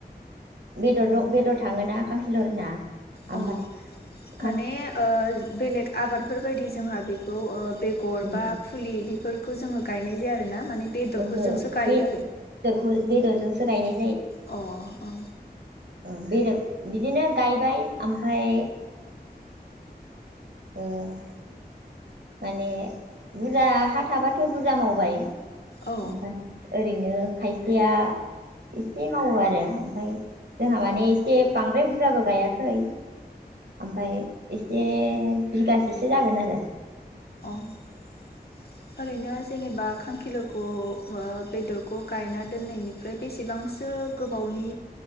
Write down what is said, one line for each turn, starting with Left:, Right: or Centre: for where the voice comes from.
Right: बेदर द बेदर थाङोना खांखिलरना
Left: ओउ
Right: ओमफ्राय खांखिलर
Left: माने ओह बेलेग आबादफोर बायदि जोंहा बेखौ ओह बेगर
Right: उम
Left: बा फुलि बेफोर खौ जोङो गायनाय जाया आरो ना? माने बेदरखौ
Right: ओहो
Left: जोंसो गायो
Right: बे बेदरखो बेदरजों सो गायनाय
Left: अह औ
Right: ओह बेदर बिदिनो गायबाय आमफाय ओह माने बुरजा हा थाबाथ' बुरजा मावबाय
Left: औ
Right: आमफाय ओरैनो खायसेया इसे मावो आरो आमफाय जोंहा माने एसे बांद्राय बुरजाबो गायाखै आमफाय एसे बिगासेसो जागोन आरो
Left: अह ओरैनो जेनेबा खांखिल'खौ ओह बेदरखौ गायना दोननायनिफ्राय बेसेबांसो गोबावनि